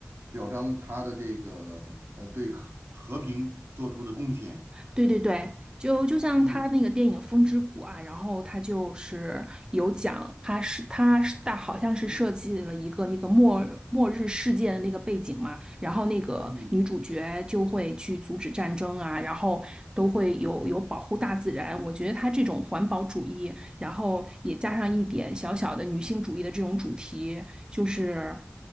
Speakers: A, on the right; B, on the right.
A: 表彰他的这个呃对和和平做出的贡献。
B: 对对对，就就像他那个电影《风之谷》啊，
A: 嗯
B: 然后他就是有讲，他是他是大好像是设计了一个那个末末日世界的那个背景嘛，然后那个女主角就会去阻止战争啊，
A: 嗯
B: 然后都会有有保护大自然。我觉得他这种环保主义，然后也加上一点小小的女性主义的这种主题，就是。